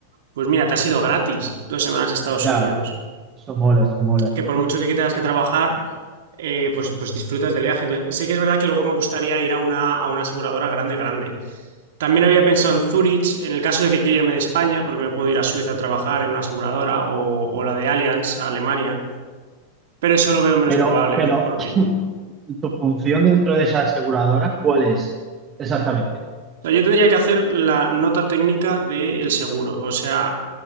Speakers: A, on the right; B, on the right.
A: pues mira, te has ido gratis dos semanas a Estados
B: ya,
A: Unidos.
B: eso mola, eso mola,
A: que
B: sí.
A: por mucho que que tengas que trabajar, eh, pues, pues disfrutas del viaje. Entonces, sí que es verdad que luego me gustaría ir a una, a una aseguradora grande, grande. También había pensado en Zurich, en el caso de que quiera irme de España, porque me puedo ir a Suiza a trabajar en una aseguradora o, o la de Allianz, a Alemania. Pero eso lo veo menos
B: Pero,
A: probable,
B: pero,
A: porque
B: <clears throat> ¿tu función dentro de esa aseguradora cuál es? Exactamente.
A: o sea, yo tendría que hacer la nota técnica del seguro. O sea,